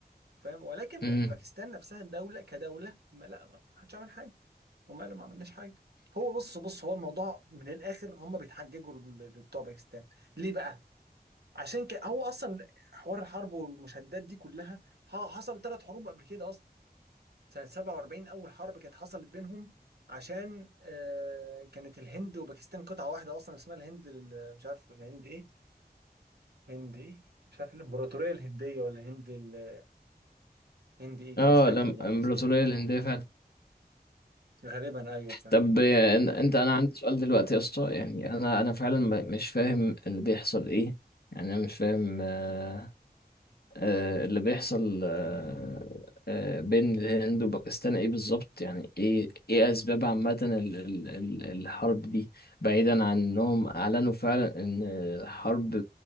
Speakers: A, on the right; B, on the left.
A: فاهم ولكن
B: امم
A: باكستان نفسها الدوله كدوله ما لا ما حدش عمل حاجه هم قالوا ما عملناش حاجه هو بص بص هو الموضوع من الاخر هم بيتحججوا ل- لبتوع باكستان ليه بقى عشان كده هو اصلا حوار الحرب والمشادات دي كلها ح- حصل ثلاث حروب قبل كده اصلا سنه 47 اول حرب كانت حصلت بينهم عشان آه كانت الهند وباكستان قطعه واحده اصلا اسمها الهند ال- مش عارف الهند ايه هند ايه مش عارف الامبراطوريه الهنديه ولا هند ال- هند ايه كان
B: اه
A: مش فاكر
B: لم-
A: والله
B: الامبراطوريه
A: العظيم.
B: الهنديه فعلا
A: غالبا ايوه فعلا
B: طب آه، إن- انت انا عندي سؤال دلوقتي يا اسطى يعني انا انا فعلا م- مش فاهم اللي بيحصل ايه يعني انا مش فاهم آه، آه، اللي بيحصل آه، آه، بين الهند وباكستان ايه بالظبط يعني ايه ايه اسباب عامة ال- ال- ال- الحرب دي بعيدا عن انهم اعلنوا فعلا ان الحرب